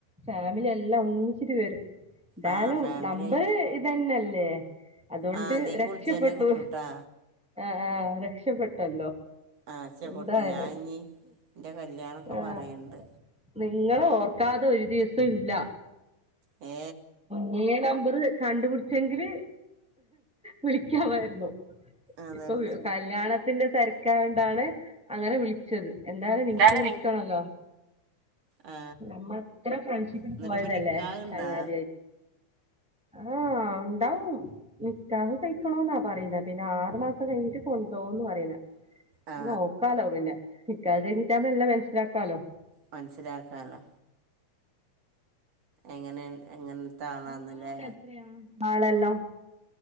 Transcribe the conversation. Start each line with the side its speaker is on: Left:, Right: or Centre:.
Centre: ഫാമിലി എല്ലാം ഒന്നിച്ചു വരും എന്തായാലും
Right: ആ ഫാമിലി
Centre: നമ്പര്
Right: ആയിട്ട്
Centre: ഇതന്നെല്ലേ അതൊണ്ട്
Right: ആ അതിൽ
Centre: രക്ഷപ്പെട്ടു
Right: വിളിച്ചാൽ എന്നെ കിട്ടൂട്ടാ
Centre: ആഹ് രക്ഷപ്പെട്ടല്ലോ
Right: ആശ പൊട്ട്
Centre: ന്തായാലും
Right: ഞാൻ ഇനി എൻ്റെ കല്യാണമൊക്കെ
Centre: ആഹ്
Right: പറയുന്നുണ്ട്
Centre: നിങ്ങളെ ഓർക്കാതെ ഒരു ദിവസംല്ല
Right: ഏ
Centre: നീ നമ്പറ് കണ്ടുപിടിച്ചെങ്കില് വിളിക്കാമായിരുന്നു
Right: അതന്നെ
Centre: ഇപ്പൊ കല്യാണത്തിന്റെ തിരക്കാണ്ടാണ് അങ്ങനെ വിളിച്ചത് എന്തായാലും നിൻക്ക്
Right: ഞാന്
Centre: വിളിക്കണല്ലോ
Right: ആ
Centre: നമ്മളത്ര ഫ്രണ്ട്സ്ഷിപ്പ്
Right: എന്നിട്ട്
Centre: പോയതല്ലേ
Right: ഇപ്പം നിക്കാഹുണ്ടാ
Centre: ചങ്ങാതിയായിട്ട് ആഹ് ണ്ടാവും നിക്കാഹ് കഴിക്കണോന്നാ പറയുന്നത് പിന്നെ ആറ് മാസം കഴിഞ്ഞിട്ട് കൊണ്ടോവുംന്ന് പറയുന്ന
Right: ആ
Centre: നോക്കാലോ പിന്നെ നിക്കാഹ് കഴിഞ്ഞിട്ടാ മ്പോ എല്ലാം മനസ്സിലാക്കാലോ
Right: മൻസ്സിലാക്കല്ലോ എങ്ങനെ എങ്ങനത്തെ ആളാന്നില്ലേ
Centre: നിങ്ങളവിടെ എത്രയാ ആളെല്ലാം